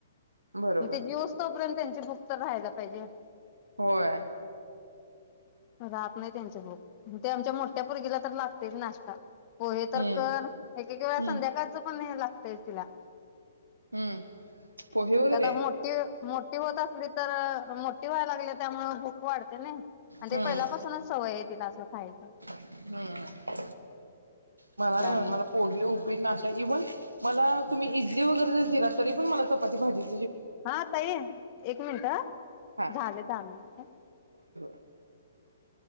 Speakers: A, on the right; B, on the left.
A: बरोबर
B: ते जेवू स्तोपर्यंत तिची भुक तर राहायला पाहिजे.
A: होय
B: राहत नाही त्यांचे भाऊ ते आमच्या मोठ्या पोरगीला तर लागतयच नाश्ता पोहे तर
A: हम्म
B: कर एक एक वेळा
A: हम्म
B: संध्याकाळचं पण याला तेच तीला
A: हम्म पोहे वगैरे
B: ती आता मोठी मोठी होत असली तर मो मोठी व्हायला लागलिया त्यामुळे भूक वाढतिया न्हव. आणि ते
A: हम्म
B: पहिल्यापासूनच सवय आहे तिला असलं खायच.
A: हम् मला
B: त्यामुळे
A: नाही मला पोहे, उपीट नाशा इव्हन मला तुम्ही इजली वगैरे ज दिला तरी पण मला चपाती भाजी
B: हा ताई एक मिनट
A: हा
B: झाले दहा मिनिट
A: <inaudible>